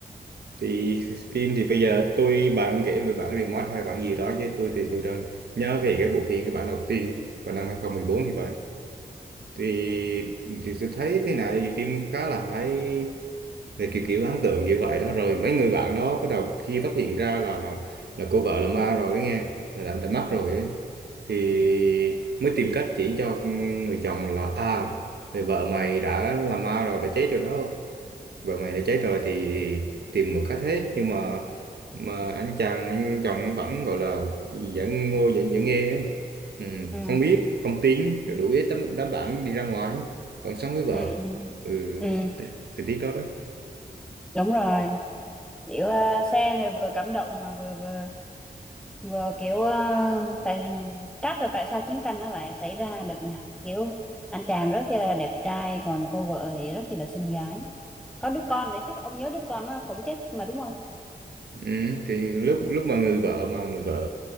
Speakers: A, on the right; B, in the centre.
A: thì phim thì bây giờ tôi bạn kể về bản remote hay bản gì đó chứ tôi thì tôi đang nhớ về cái bộ phim cái bản đầu tiên vào năm 2014 thì phải thì thì tôi thấy thế này phim khá là hay rồi kiểu kiểu ấn tượng như vậy đó rồi mấy người bạn đó bắt đầu khi phát hiện ra là là, là cô vợ là ma rồi đó nghe là đã, đã mất
B: ừ,
A: rồi ấy. thì mới tìm cách chỉ cho người chồng là à người vợ mày đã là ma rồi đã chết rồi đó vợ mày đã cháy rồi thì tìm một cách hết nhưng mà mà anh chàng anh chồng nó vẫn gọi là vẫn ngô vẫn vẫn nghe ấy. Ừ,
B: ừ,
A: không biết không tin rồi đuổi hết tấm đám bạn đi ra ngoài vẫn sống với vợ
B: ừ, ừ,
A: ừ
B: ừ, ừ,
A: t- thì tiếc đó đó
B: đúng rồi kiểu ờ, xe này vừa cảm động mà vừa vừa vừa kiểu ờ, tại trách là tại sao chiến tranh nó lại xảy ra được nhỉ kiểu anh chàng rất là đẹp trai còn cô vợ thì rất chỉ là xinh gái có đứa con nữa chứ ông nhớ đứa con nó cũng chết mà đúng không
A: ừ, thì lúc lúc mà người vợ mà người vợ